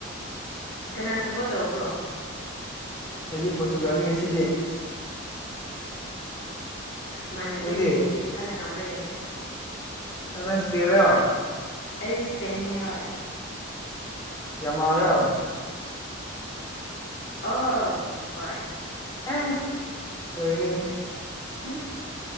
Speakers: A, on the left; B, on the left.
A: ꯀꯅꯥ ꯁꯞꯄꯣꯔꯠ ꯇꯧꯕ꯭ꯔꯣ
B: ꯑꯩꯗꯤ ꯄꯣꯔꯇꯨꯒꯜꯅꯤ ꯉꯁꯤꯗꯤ
A: ꯃꯥꯟꯅꯗꯦꯅꯦ
B: ꯅꯪꯗꯤ
A: ꯑꯗꯨꯗꯤ ꯀꯅꯥꯅ ꯉꯝꯕ꯭ꯔꯥ ꯌꯦꯡꯁꯦ
B: ꯅꯪ ꯁ꯭ꯄꯦꯟꯂꯣ
A: ꯑꯩ ꯏꯁꯄꯦꯟꯅꯦ ꯍꯣꯢ
B: ꯌꯥꯝꯃꯔꯣ
A: ꯑ ꯍꯣꯏ
B: ꯑ ꯑꯣꯏꯔꯤ
A: ꯍ